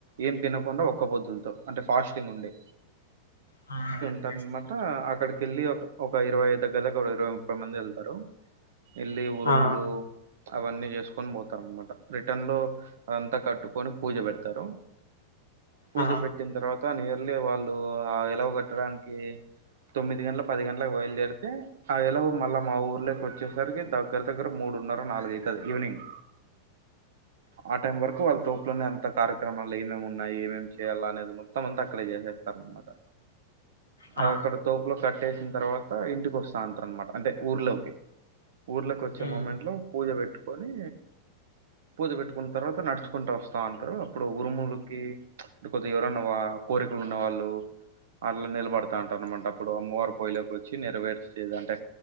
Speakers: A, on the right; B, on the left.
A: ఏం తినకుండా ఒక్క పొద్దులతో అంటే ఫాస్టింగ్ ఉండి
B: అ
A: రనమాట అక్కడికెళ్ళి ఒక ఒక ఇరవై దగ్గర దగ్గర ఒక ఇరవై ముప్పై మంది ఎళ్తారు ఎల్లి ఉరుములు
B: ఆ
A: అవన్నీ చేసుకొని పోతారన్నమాట రిటర్న్ లో అదంతా కట్టుకు కొని పూజ పెడతారు పూజ
B: ఆ
A: పెట్టిన తర్వాత నీర్ వెళ్ళే వాళ్ళు ఆ వ్ కట్టడానికి తొమ్మిది గంటల పది గంటలకు బయలుదేరితే ఆ ఎలవు మళ్ళీ మా ఊర్లోకి వచ్చేసరికి దగ్గర దగ్గర మూడున్నర నాలుగై ఈవినింగ్ ఆ టైం వరకు వాళ్ళ తోపులోనే అంత కార్యక్రమాలు ఏమేమి ఉన్నాయ్ ఏమేమి చేయాల అనేది ము త మంత క్కడే చేసేస్తామనమాట
B: ఆ
A: అది అక్కడ తోపులో క కట్టేసిన తర్వాత ఇంటికొస్తాంటరనమాట అంటే ఊర్లోకి ఊర్లకొచ్చే
B: ఉమ్
A: మూమెంట్లో పూజ పెట్టుకొనీ పూజ పెట్టుకున్న తర్వాత నడుచుకుంటా వస్తాంటారు అప్పుడు ఉరుములకి ప్చ్ కొద్ది ఎవరన్నా కోరికలు ఉన్న వాళ్ళు అట్ల నిల్ పడతా అంటారనమాట అప్పుడూ అమ్మవారు పోయెలె వచ్చి నెరవేర్చేది అంటే